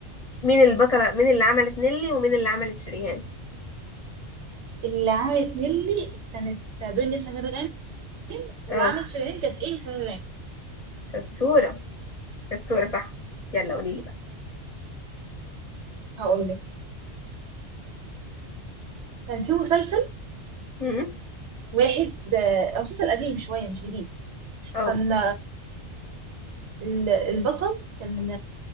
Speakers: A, on the left; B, on the right.
A: مين البطلة مين اللي عملت نيلي ومين اللي عملت شريهان
B: اللي عملت نيلي كانت دنيا سمير غانم واللي
A: اه
B: عملت شيرين كانت ايمي سمير غانم
A: شطورة شطورة صح يلا قولي لي بقى
B: هقول لك كان في مسلسل
A: م-
B: واحد آه، مسلسل قديم شوية مش جديد
A: اه
B: كان ال- البطل كان